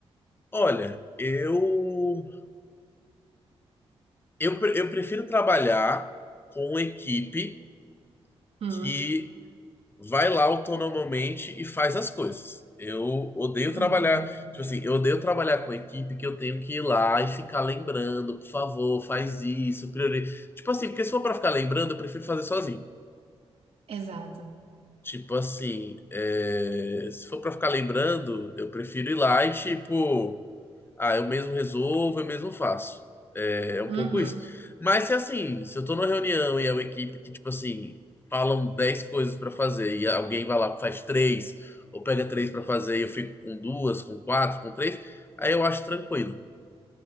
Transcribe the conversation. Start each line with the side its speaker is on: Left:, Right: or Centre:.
Left: Olha, eu, eu, pre- eu prefiro trabalhar com uma equipe
Right: Hum,
Left: que vai lá autonomamente e faz as coisas. Eu odeio
Right: uhum,
Left: trabalhar, tipo assim, eu odeio trabalhar com equipe que eu tenho que ir lá e ficar lembrando, por favor, faz isso, priori... Tipo assim, porque se for pra ficar lembrando, eu prefiro fazer sozinho.
Right: exato.
Left: Tipo assim, é, se for pra ficar lembrando, eu prefiro ir lá e tipo ah, eu mesmo resolvo, eu mesmo faço. É, é um
Right: Uhum.
Left: pouco isso. Mas se assim, se eu tô numa reunião e é uma equipe que, tipo assim, falam 10 coisas pra fazer e alguém vai lá, faz três, ou pega três pra fazer e eu fico com duas, com quatro, com três, aí eu acho tranquilo.